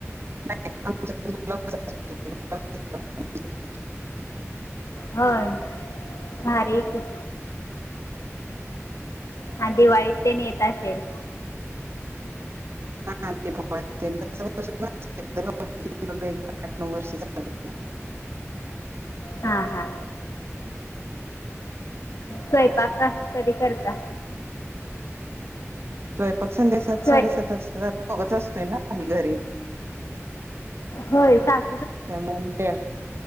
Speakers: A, on the right; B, on the left.
A: नाही आमच्या कडे गुलाबच असतोय फक्त.
B: होय भारीय की. आणि दिवाळीत ते न येत असेल.
A: हा ते <unintelligible> आठ नऊ वर्ष झा. <inaudible>
B: हां हां स्वयंपाक का कधी करता?
A: स्वयंपाक संध्यासात
B: स्वय
A: साडेसात वाजतात दोघच असतोय ना आम्ही घरी.
B: होय स
A: त्यामुळे <unintelligible>